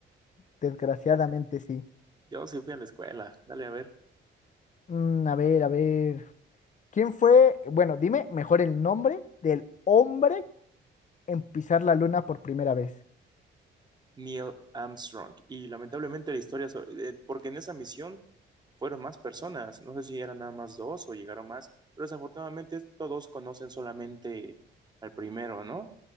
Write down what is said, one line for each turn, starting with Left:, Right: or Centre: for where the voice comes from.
Left: desgraciadamente
Right: Ya-
Left: sí.
Right: yo sí fui a la escuela. Dale, a ver.
Left: Mm, a ver, a ver. ¿Quién fue, bueno, dime mejor el nombre del hombre en pisar la luna por primera vez?
Right: Neil Armstrong. Y lamentablemente la historia, so- eh, porque en esa misión fueron más personas. No sé si eran nada más dos o llegaron más. Pero desafortunadamente todos conocen solamente al primero, ¿no?